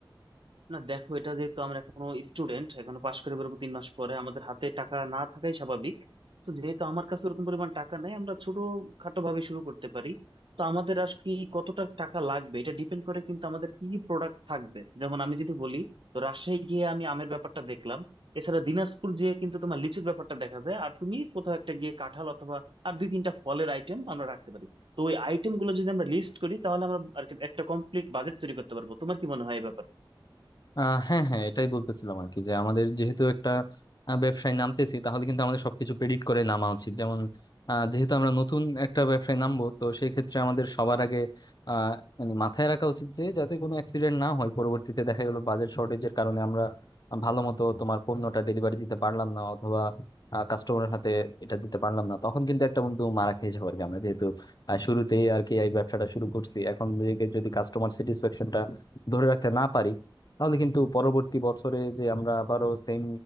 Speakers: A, on the right; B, on the left.
A: না দেখো এটা যেহেতু আমরা এখনো স্টুডেন্ট এখনো পাশ করে বেরোবো তিন মাস পরে আমাদের হাতে টাকা না থাকাই স্বাভাবিক তো যেহেতু আমার কাছে ওরকম পরিমাণ টাকা নাই আমরা ছোট খাটো ভাবে শুরু করতে পারি তো আমাদের আর কি কতটা টাকা লাগবে এটা ডিপেন্ড করে কিন্তু আমাদের কি কি প্রোডাক্ট থাকবে যেমন আমি যদি বলি তো রাজশাহী গিয়ে আমি আমের ব্যাপারটা দেখলাম এছাড়া দিনাজপুর গিয়ে কিন্তু তোমার লিচুর ব্যাপারটা দেখা যায় আর তুমি কোথাও একটা গিয়ে কাঁঠাল অথবা আর দুই তিনটা ফলের আইটেম আমরা রাখতে পারি তো ওই আইটেম গুলো যদি আমরা লিস্ট করি তাহলে আমরা আর কি একটা কমপ্লিট বাজেট তৈরি করতে পারবো তোমার কি মনে হয় এই ব্যাপারে
B: আহ হ্যাঁ হ্যাঁ এটাই বলতেছিলাম আর কি যে আমাদের যেহেতু একটা আহ, ব্যবসায় নামতেছি তাহলে কিন্তু আমাদের সবকিছু প্রেডিক্ট করে নামা উচিত যেমন আহ, যেহেতু আমরা নতুন একটা ব্যবসায় নামবো তো সেই ক্ষেত্রে আমাদের সবার আগে আহ, মানে মাথায় রাখা উচিত যে যাতে কোনো অ্যাক্সিডেন্ট না হয় পরবর্তীতে দেখা গেলো বাজেট শর্টেজের কারণে আমরা ভালো মতো তোমার পণ্যটা ডেলিভারি দিতে পারলাম না অথবা কাস্টমারের হাতে এটা দিতে পারলাম না তখন কিন্তু একটা বন্ধু মারা খেয়ে যাবো আর কি আমরা যেহেতু আহ, শুরুতেই আর কি এই ব্যবসাটা শুরু করছি এখন যদি কাস্টমার স্যাটিসফ্যাকশনটা ধরে রাখতে না পারি তাহলে কিন্তু পরবর্তী বছরে যে আমরা আবারও সেম